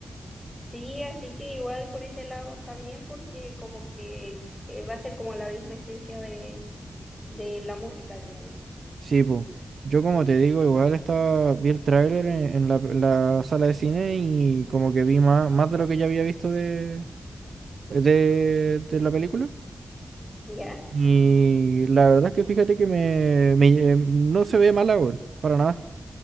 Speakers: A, on the left; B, on the right.
A: Sí, así que igual por ese lado está bien porque como que eh, va a ser como la misma esencia de, de la música al menos,
B: Sí, pues. Yo como te digo, igual estaba, vi el tráiler en, en la, en la sala de cine y como que vi más, más de lo que ya había visto de, de, de la película.
A: ¿ya?
B: Y la verdad es que fíjate que me, me- eh, no se ve mala, weón, para nada.